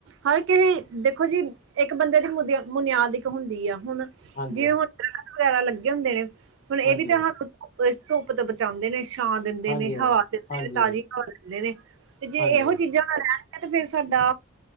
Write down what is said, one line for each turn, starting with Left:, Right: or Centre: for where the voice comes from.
Right: ਹਰ ਕਿਸੇ ਦੇਖੋ ਜੀ ਇੱਕ ਬੰਦੇ ਦੀ ਮੁਦ ਮੁਨਿਆਦ ਇੱਕ ਹੁੰਦੀ ਆ ਹੁਨ।
Left: ਹਾਂਜੀ
Right: ਜਿਵੇਂ ਹੁਨ ਦ ਵਗੈਰਾ ਲੱਗੇ ਹੁੰਦੇ ਨੇ ਹੁਣ ਇਹ
Left: ਹਾਂਜੀ
Right: ਵੀ ਤੇ ਹਾਨੂੰ ਧੁੱਪ ਤੋਂ ਬਚਾਂਦੇ ਨੇ ਛਾਂ ਦਿੰਦੇ
Left: ਹਾਂਜੀ
Right: ਨੇ
Left: ਹਾਂਜੀ
Right: ਹਵਾ ਦਿੰਦੇ
Left: ਹਾਂਜੀ
Right: ਨੇ ਤਾਜ਼ੀ ਹਵਾ ਦਿੰਦੇ ਨੇ ਤੇ ਜੇ
Left: ਹਾਂਜੀ
Right: ਇਹੋ ਚੀਜ਼ਾਂ ਨਾ ਰਹਣ ਤੇ ਫੇਰ ਸਾਡਾ